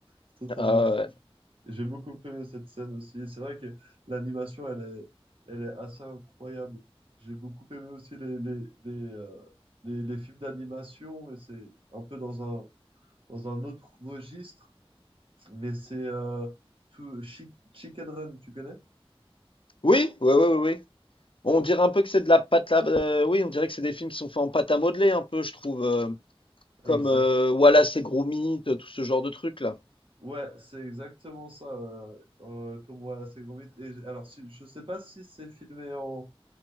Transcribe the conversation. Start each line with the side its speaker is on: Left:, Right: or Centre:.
Right: c'est totalement
Left: Euh,
Right: fou. Et J'ai beaucoup aimé cette scène aussi. Et C'est vrai que l'animation, elle est, elle est assez incroyable. J'ai beaucoup aimé aussi les, les, les, euh, les, les films d'animation, mais c'est un peu dans un, dans un autre registre. Mais c'est euh, tout Chi- Chicken Run, tu connais?
Left: oui, oui, oui, oui, oui. Bon, on dirait un peu que c'est de la pâte à... euh, oui, on dirait que c'est des films qui sont faits en pâte à modeler, un peu, je trouve. euh, comme
Right: Exactement.
Left: euh, Wallace et Gromit, euh, tout ce genre de trucs, là.
Right: Ouais, c'est exactement ça. Euh, euh, comme voilà, c'est gros mythe. Et j- alors, si, je sais pas si c'est filmé en.